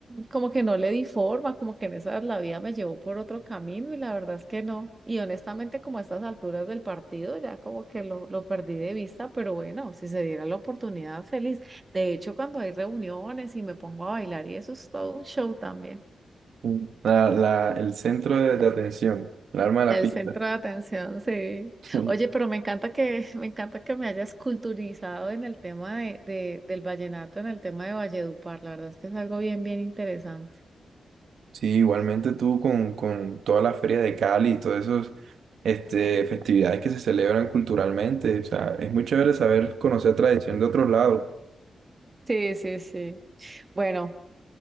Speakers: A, on the right (about 20°); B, on the right (about 80°).
A: como que no le di forma, como que en esas la vida me llevó por otro camino y la verdad es que no. Y honestamente, como a estas alturas del partido, ya como que lo, lo perdí de vista, pero bueno, si se diera la oportunidad, feliz. De hecho, cuando hay reuniones y me pongo a bailar y eso es todo un show también.
B: Mm. La, la- el centro de, de atención, el alma de
A: El
B: la fiesta.
A: centro
B: <laughs>
A: de atención, sí.
B: Sí,
A: Oye, pero me encanta que, <laughs> me encanta que me hayas culturizado en el tema de, de- del vallenato, en el tema de Valledupar. La verdad es que es algo bien, bien interesante.
B: Sí, igualmente tú con, con toda la feria de Cali y todas esas este, festividades que se celebran culturalmente. O sea, es muy chévere saber conocer tradición de otros lados.
A: Sí, sí, sí. Bueno,